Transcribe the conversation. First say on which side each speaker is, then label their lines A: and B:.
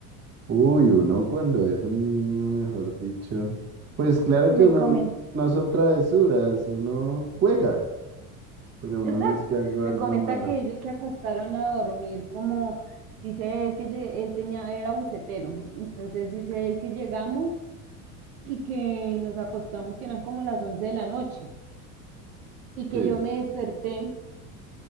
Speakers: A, on the right; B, on the right.
A: Uy, uno cuando es un niño, mejor dicho, pues claro que
B: Me
A: uno
B: comen
A: no son travesuras, uno juega, pero uno
B: Exacto.
A: no es que algo, algo
B: Me comenta
A: malo.
B: que ellos se acostaron a dormir como, dice él que lle- él tenía, era bucetero. Entonces dice él que llegamos y que nos acostamos, que eran como las 11 de la noche, y que
A: Sí,
B: yo me desperté